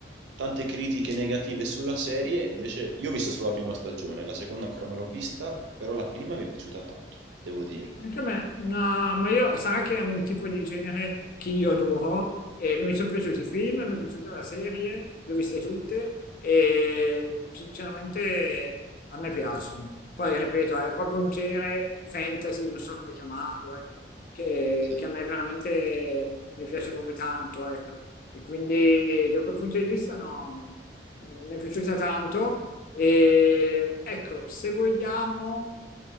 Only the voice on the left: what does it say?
Anche a me, no, ma io sarà che è un tipo di genere che io adoro e mi sono piaciuti i film, mi è piaciuta la serie, le ho viste tutte e sinceramente a me piacciono. Poi ripeto, è proprio un genere fantasy, non so come chiamarlo, ecco, che,
che a me veramente mi piace proprio tanto, ecco. E quindi da quel punto di vista no, mi è piaciuta tanto e ecco, se vogliamo...